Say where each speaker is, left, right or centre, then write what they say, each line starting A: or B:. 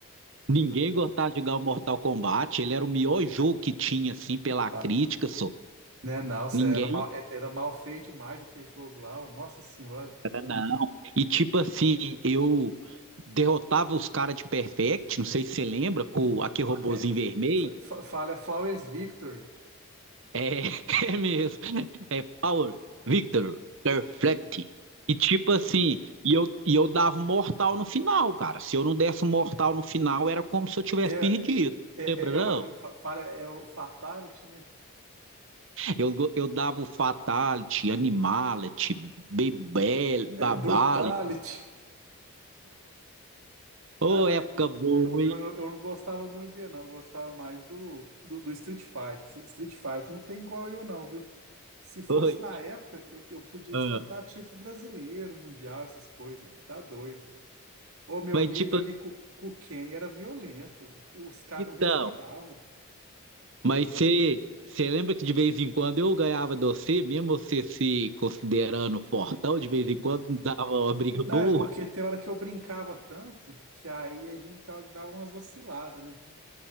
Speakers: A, on the right; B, on the right.
A: Ninguém gostava de jogar o Mortal Kombat, ele era o melhor jogo que tinha, assim, pela crítica,
B: Ah,
A: só.
B: né, não, cê
A: Ninguém
B: era mal, é- era mal feito demais aquele jogo lá, ó, nossa senhora.
A: era, não. E tipo assim, eu derrotava os caras de Perfect, não sei se você lembra, com aquele robozinho
B: É,
A: vermelho.
B: fa- fa- fala, é Flowers Victory.
A: É, <laughs> é mesmo. É Power, Victor, Perfect. E tipo assim, e eu, e eu dava um mortal no final, cara. Se eu não desse um mortal no final, era como se eu tivesse
B: É,
A: perdido.
B: É,
A: Lembra, não?
B: é, é, o, fa- fala, é o Fatality, né?
A: Eu, go- eu dava o Fatality, Animality, Bebel, Babality.
B: É Brutality.
A: Ô,
B: Ah, não,
A: época
B: eu,
A: boa,
B: eu- eu-
A: hein?
B: eu não gostava muito dele, não. Eu gostava mais do, do, do Street Fighter. Esse Street Fighter não tem igual eu, não, viu? Se fosse
A: Foi.
B: na época, eu, eu podia
A: Ah,
B: disputar título brasileiro, mundial, essas coisas. Tá doido. O meu
A: Mas
B: nível
A: tipo,
B: ali
A: assim,
B: com, com quem era violento. Os caras
A: então.
B: não respiravam.
A: Mas você você lembra que de vez em quando eu ganhava de você, mesmo você se considerando fortão, de vez em quando dava uma briga
B: Não,
A: boa.
B: é porque tem hora que eu brincava tanto que aí a gente tava- dava umas vaciladas, né?